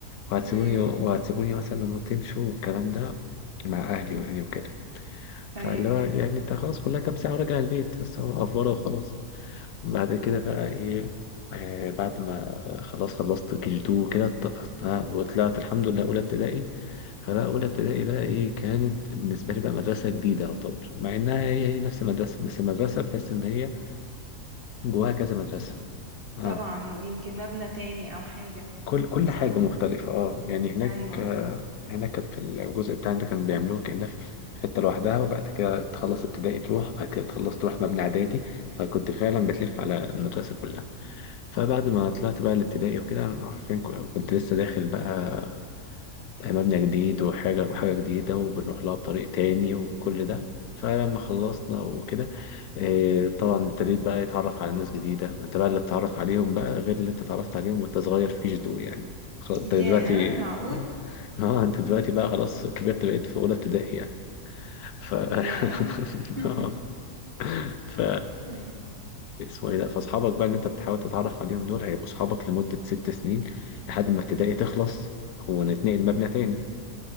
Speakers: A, on the left; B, on the right.
A: وهتسيبوني
B: امم
A: وهتسيبوني مثلا لما تمشوا والكلام ده مع اهلي واهلي وكده فاللي
B: ايوه
A: هو يعني انت خلاص كلها كام ساعه وراجع البيت بس هو افوره وخلاص بعد كده بقى ايه آه بعد ما خلاص خلصت كيجي تو كده وطلعت الحمد لله اولى ابتدائي فبقى اولى ابتدائي بقى ايه كانت بالنسبه لي بقى مدرسه جديده يعتبر مع انها هي هي نفس المدرسه بس المدرسه تحس ان هي جواها كذا مدرسه اه
B: طبعا يمكن مبنى تاني او حاجة
A: كل كل
B: صح
A: حاجه مختلفه اه يعني هناك
B: ايوه
A: آه هناك كانت في الجزء بتاعنا ده كانوا بيعملوها كانها في حته لوحدها وبعد كده تخلص ابتدائي تروح بعد كده تخلص تروح مبنى اعدادي فكنت فعلا بتلف على المدرسه كلها فبعد ما
B: مم.
A: طلعت بقى الابتدائي وكده أنا حرفيا كو- كنت لسه داخل بقى مبنى جديد وحاجة وحاجة جديدة وبنروح لها طريق تاني وكل ده فلما خلصنا وكده آه، طبعا ابتديت بقى يتعرف على ناس جديدة ما انت بقى اللي اتعرف عليهم بقى غير اللي انت اتعرفت عليهم وانت صغير فيش دول يعني خ- انت
B: ياه
A: دلوقتي
B: معقول
A: <laughs> اه انت دلوقتي بقى خلاص كبرت بقيت
B: مم.
A: في اولى ابتدائي يعني ف <laughs>
B: ياه <laughs>
A: ف
B: مم.
A: اسمه ايه ده فاصحابك بقى اللي انت بتحاول تتعرف عليهم دول هيبقوا اصحابك لمدة ست سنين لحد ما ابتدائي تخلص ونتنقل مبنى تاني